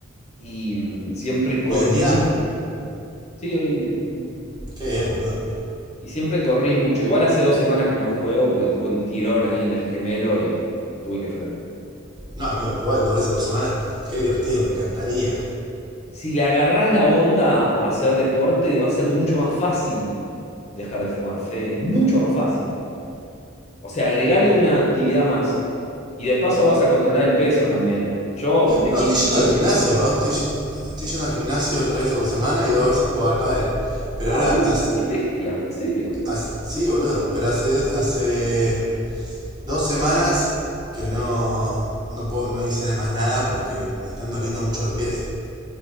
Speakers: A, on the left; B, on the right.
A: y mm, siempre corrí
B: Hoy en día,
A: mucho. Sí, hoy en día. Mm.
B: Qué bien, boludo.
A: Y siempre corrí mucho. Igual hace dos semanas que no juego porque tuve un tirón ahí en el gemelo y tuve que frenar.
B: No, amigo, pero igual dos veces por semana. Qué divertido, me encantaría.
A: Si le agarrás la onda a hacer deporte, va a ser mucho más fácil dejar de fumar, Fede, mucho más fácil. O sea, agregale una actividad más. Y de paso vas a controlar el peso también. Yo aumenté
B: No,
A: 15
B: estoy yendo
A: kilos.
B: al gimnasio. ¿no? Estoy, estoy yendo al gimnasio tres veces por semana y dos veces juego al pádel. Pero
A: Ah,
B: ahora,
A: qué,
B: as-
A: qué bestia, ¿en serio?
B: as- sí, boludo. Pero hace, hace dos semanas que no, no, puedo- no hice más nada porque me están doliendo mucho los pies.